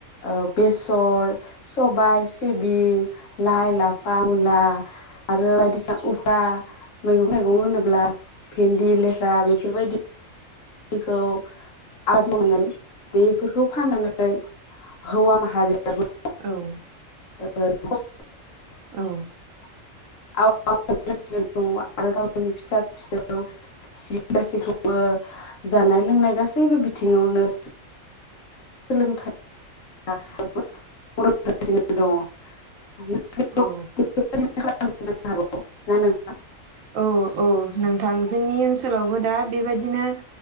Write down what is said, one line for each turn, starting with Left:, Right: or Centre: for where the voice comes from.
Left: ओ बेसर, सबाय, सिबिं, लाइ, लाफा, मुला आरो बायदिसिना उफ्रा मैगं थाइगं होनोब्ला भेन्दि, लेस्रा बेफोरबायदि खौ आबाद मावनानै बेफोरखौ फाननानै हौवा माहारियाबो
Right: औ
Left: ओ खस
Right: औ
Left: <unintelligible> आरो गावनि फिसा फिसौ, बिसि गासैखौबो जानाय लोंनाय गासैबो बिथिङावनो सोलोंथाइ <unintelligible> दङ <unintelligible>
Right: औ
Left: <unintelligible>
Right: औ औ नोंथां जोंनि ओनसोलावबो दा बेबायदिनो